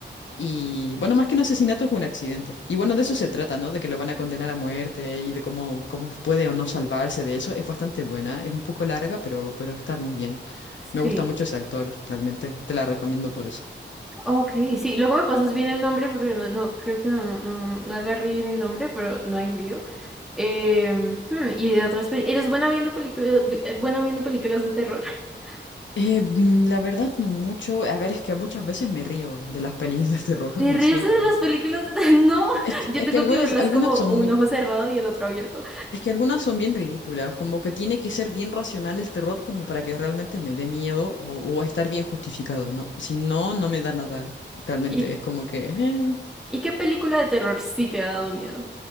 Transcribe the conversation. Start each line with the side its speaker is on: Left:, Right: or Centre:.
Left: Y bueno, más que un asesinato es un accidente. Y bueno, de eso se trata, ¿no? De que lo van a condenar a muerte y de cómo, cómo puede o no salvarse de eso. Es bastante buena, es un poco larga, pero, pero está muy bien.
Centre: sí.
Left: Me gusta mucho ese actor, realmente. Te la recomiendo por eso.
Centre: Ok, sí, luego me pasas bien el nombre porque no, no creo que no, no, no agarré bien el nombre, pero no hay lío. Em, hmm, y de otras películas. ¿Eres buena viendo películas, vi- eh, bueno viendo películas de terror? <laughs>
Left: Eh, mm, la verdad, no mucho. A ver, es que muchas veces me río de las pelis de terror,
Centre: ¿Te
Left: <laughs> no
Centre: ríes
Left: sé
Centre: de
Left: cómo.
Centre: las películas de terror? <laughs> No,
Left: Es que,
Centre: yo
Left: es
Centre: tengo
Left: que algunas,
Centre: que verlas
Left: algunas
Centre: como o
Left: son
Centre: un
Left: muy-
Centre: ojo cerrado y el otro abierto.
Left: es que algunas son bien ridículas, como que tiene que ser bien racional el terror como para que realmente me dé miedo o, o estar bien justificado, ¿no? Si no, no me da nada. Realmente
Centre: ¿Y,
Left: es como que, eh.
Centre: y qué película de terror sí te ha dado miedo?